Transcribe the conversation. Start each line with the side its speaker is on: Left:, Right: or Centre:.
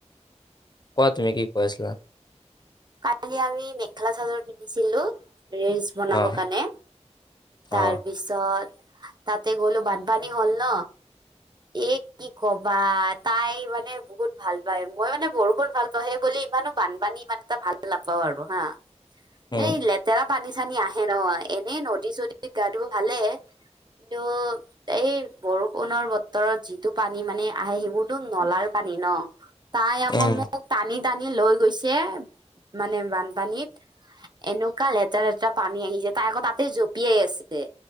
Left: কোৱা তুমি কি কৈ আছিলা।
Right: কালি আমি মেখেলা চাদৰ পিন্ধিছিলোঁ ৰেজ বনাব
Left: অ
Right: কাৰণে
Left: অ
Right: তাৰ পিছত ত' তাতে গ'লো বানপানী হ'ল ন। এ কি কবা তাই মানে বহুত ভাল পায় মই মানে বৰষুণ ভাল পাওঁ সেই বুলি ইমানো বানপানী ইমান এটা ভাল নাপাওঁ আৰু হা
Left: উম
Right: এই লে তেৰা পানী চানী আহে ন এনেই নদী চদীত গা ধু ভালে কিন্তু এই বৰষুণৰ বতৰত যিটো পানী মানে আহে সেইবোৰতো নলাৰ পানী ন। তাই আকৌ
Left: উম
Right: মোক টানি, টানি লৈ গৈছে। মানে বানপানীত এনেকুৱা লেতেৰা লেতেৰা পানী আহিছে তাই আকৌ তাতে জঁপিয়াই আছে। দে